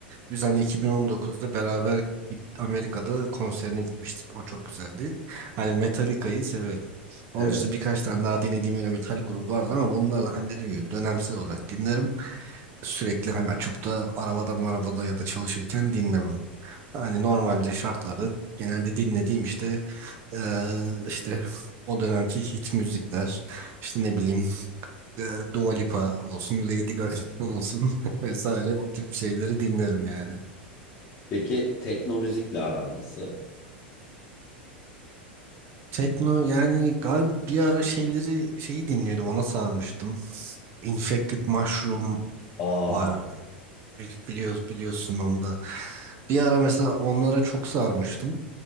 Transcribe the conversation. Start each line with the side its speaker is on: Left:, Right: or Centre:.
Right: biz hani 2019'da beraber git- Amerika'da konserine gitmiştik. O çok güzeldi. Hani Metallica'yı severim. Onun
Left: Evet.
Right: dışında birkaç tane daha dinlediğim öyle metal grubu vardı ama bunları hani dediğim gibi dönemsel olarak dinlerim. Sürekli hani açıp da arabada marabada ya da çalışırken dinlemem. Hani normalde şartlarda genelde dinlediğim işte ee, işte o dönemki hit müzikler işte ne bileyim e, Dua Lipa olsun Lady Gaga <laughs> olsun <laughs> vesaire o tip şeyleri dinlerim yani.
Left: Peki tekno müzikle aran nasıl?
Right: Tekno yani galiba bir ara şeyleri şeyi dinliyordum ona sarmıştım. Infected Mushroom
Left: Aa,
Right: var Bil- biliyoruz biliyorsun onu da. Bir ara mesela onlara çok sarmıştım.